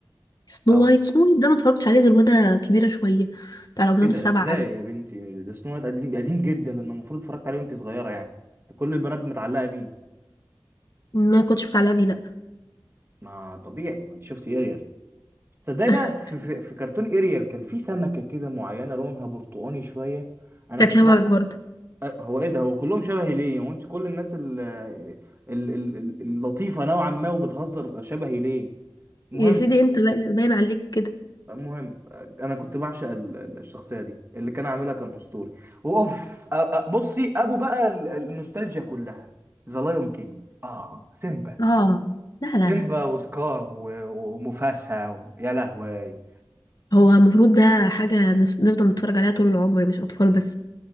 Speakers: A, on the left (about 55°); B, on the right (about 30°).
A: سنو
B: او
A: وايت سنو وايت ده ما اتفرجتش عليه غير وانا كبيرة شوية بتاع الأقزام
B: ايه ده
A: السبعة
B: ازاي
A: ده
B: يا بنتي ده سنو وايت قديم قديم جدا ده أنا المفروض اتفرجت عليه وانت صغيره يعني ده كل البنات متعلقه بيه
A: ما كنتش متعلقة بيه لا
B: ما طبيعي ما انت شفتي اريال صدقني
A: <laughs>
B: بقى في, في, في كرتون اريال كان في سمكه كده معينه لونها برتقاني شويه انا
A: كانت
B: كنت
A: شبهك
B: بقى
A: برضه
B: أه، هو ايه ده هو كلهم شبهي ليه هو انت كل الناس ال- ال- ال- ال- اللطيفه نوعا ما وبتهزر شبهي ليه المهم
A: يا سيدي انت بقى- باين عليك كده
B: المهم انا كنت بعشق ال- ال- الشخصيه دي اللي كان عاملها كان اسطوري واوف أ- أ- بصي ابو بقى ال- ال- النوستالجيا كلها ذا لايون كينج اه سيمبا
A: اه لا لا
B: سيمبا
A: لا
B: وسكار و- ومفاسا و... يا لهوي
A: هو المفروض ده حاجة نف- نفضل نتفرج عليها طول العمر مش أطفال بس